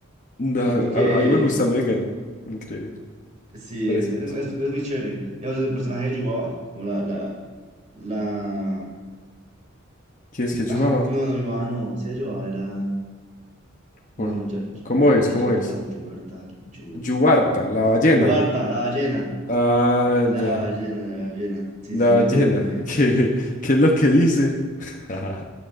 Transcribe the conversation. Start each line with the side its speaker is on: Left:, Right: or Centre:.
Left: no,
Right: Yo siento que
Left: a, a mí me gusta Megan. Increíble,
Right: sí,
Left: parece.
Right: es, es, es muy chévere. Digamos, el personaje de Yubaba, como la, la, la...
Left: ¿Quién es que es
Right: Ah,
Left: Yubaba?
Right: no, no, Yubaba no, sí, Yubaba era... No,
Left: ¿Cuál?
Right: ya,
Left: ¿Cómo
Right: Yu-
Left: es?
Right: Bayerta
Left: ¿Cómo es?
Right: o Yuberta, Yu,
Left: Yubarta,
Right: Yucar...
Left: la ballena.
Right: Yubarta, la ballena,
Left: Ah,
Right: la
Left: ya.
Right: ballena, la ballena. Sí,
Left: La
Right: sí, sí, me acuerdo
Left: ballena,
Right: también.
Left: <laughs> que, que es lo que dice. <laughs> A